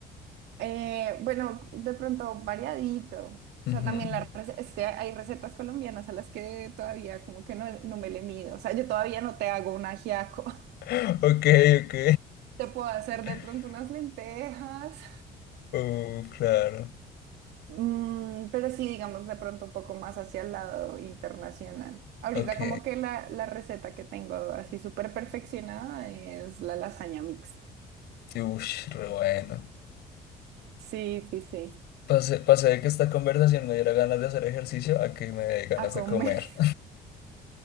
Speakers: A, on the right; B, on the left.
A: Eh, bueno, de pronto variadito.
B: Ujú.
A: O sea, también la rece- es que hay recetas colombianas a las que todavía como que no, no me le mido. O sea, yo todavía no te hago un ajiaco. <laughs>
B: <laughs> Ok, ok.
A: Te puedo hacer
B: <laughs>
A: de pronto unas lentejas.
B: Uh, claro.
A: Mm, pero sí, digamos, de pronto un poco más hacia el lado internacional. Ahorita
B: Ok.
A: como que la, la receta que tengo así súper perfeccionada es la lasaña mixta.
B: Ush, re bueno.
A: Sí, sí, sí.
B: Pasé, pasé de que esta conversación me diera ganas de hacer ejercicio a que me dé ganas
A: A comer.
B: de comer.
A: <laughs>